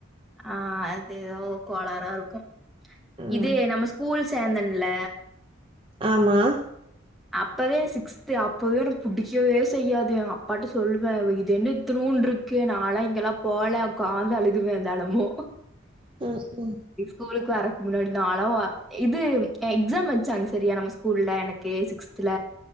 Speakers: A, in the centre; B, on the right.
A: ஆ அதேதோ கோளாரா இருக்கு
B: ம்
A: இது நம்ம ஸ்கூல் சேந்தன்ல
B: ஆமா
A: அப்பவே சிக்ஸ்து அப்பவே எனக் புடிக்கவே செய்யாது அப்பாட்ட சொல்லுவ இது என்ன இத்தணூன்டுருக்கு நால்லா இங்கெல்லா போல உக்காந்து அழுகுவ தெனமு
B: ம் ம்
A: ஸ்கூல்க் வர முன்னாடி நாலா இது எக்ஸாம் வெச்சாங்க சேரியா நம்ம ஸ்கூல்ல எனக் கே சிக்ஸ்த்துல